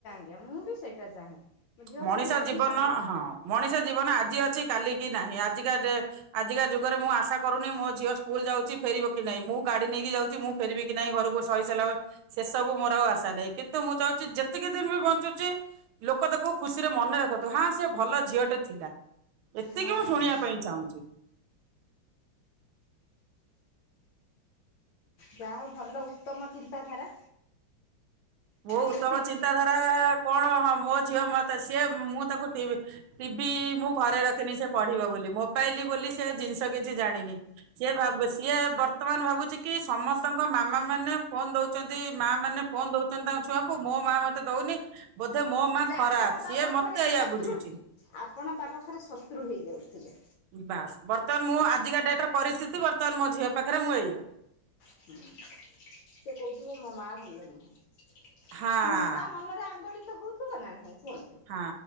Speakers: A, on the left; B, on the right.
A: ଏ ମୁଁ ବି ସେଇଟା ଚାହେଁ। ମୋ ଝିଅ
B: ମଣିଷ
A: ଗୋଟେ
B: ଜୀବନ
A: ହଉ।
B: ହଁ ମଣିଷ ଜୀବନ ଆଜି ଅଛି କାଲି କି ନାହିଁ ଆଜିକା ଡ଼େ ଆଜିକା ଯୁଗରେ ମୁଁ ଆଶା କରୁନି ମୋ ଝିଅ ସ୍କୁଲ ଯାଉଛି ଫେରିବ କି ନାଇଁ, ମୁଁ ଗାଡ଼ି ନେଇକି ଯାଉଛି ମୁଁ ଫେରିବି କି ନାଇଁ ଘରକୁ ସହିସଲାମ ସେ ସବୁ ମୋର ଆଉ ଆଶା ନାହିଁ କିନ୍ତୁ ମୁଁ ଚାହୁଁଛି ଯେତିକି ଦିନ୍ ବି ବଞ୍ଚୁଚି ଲୋକ ତାକୁ ଖୁସିରେ ମନେ ରଖନ୍ତୁ ହଁ ସେ ଭଲ ଝିଅଟେ ଥିଲା ଏତିକି
A: ହଁ
B: ମୁଁ ଶୁଣିବା
A: ହଁ
B: ପାଇଁ ଚାହୁଁଛି।
A: ଯାହା ହଉ ଭଲ ଉତ୍ତମ ଚିନ୍ତାଧାରା।
B: ମୋ ଉତ୍ତମ
A: ସୁଶୀଲ
B: ଚିନ୍ତାଧାରା କଣ ହଁ ମୋ ଝିଅ ମତେ ସିଏ ମୁଁ ତାକୁ ଟିଭି ଟିବି ମୁଁ ଘରେ ରଖିନି ସିଏ ପଢ଼ିବ ବୋଲି, ମୋବାଇଲ ବୋଲି ସେ ଜିନିଷ କିଛି ଜାଣିନି। ସିଏ ଭାବେ ସିଏ ବର୍ତ୍ତମାନ ଭାବୁଛି କି ସମସ୍ତଙ୍କ ମାମା ମାନେ ଫୋନ ଦଉ ଚନ୍ତି ମା ମାନେ ଫୋନ ଦଉଚନ୍ତି ତାଙ୍କ ଛୁଆଙ୍କୁ ମୋ ମା ମତେ ଦଉନି। ବୋଧେ ମୋ ମା
A: ସେ
B: ଖରାପ,
A: ଆପଣ ତା
B: ସିଏ
A: ପାଖରେ
B: ମତେ ଏଇଆ
A: ଶତ୍ରୁ
B: ବୁଝୁଛି।
A: ଆପଣ ତା ପାଖରେ ଶତ୍ରୁ ହେଇଯାଉଥିବେ।
B: ବାସ୍ ବର୍ତ୍ତମାନ ମୁଁ ଆଜିକା ଡ଼େଟ୍ ର ପରିସ୍ଥିତି ବର୍ତ୍ତମାନ ମୋ ଝିଅ ପାଖରେ ମୁଁ ଏଇଆ।
A: ହୁଁ ସେ କୋହୁଥିବ ମୋ ମା ଭଲ ନୁହଁ। ସେ
B: ହଁ।
A: ମ ତା ମନରେ ଆନ୍ଦୋଳିତ ହଉଥିବ ନା ନାହିଁ କୁହନ୍ତୁ?
B: ହଁ।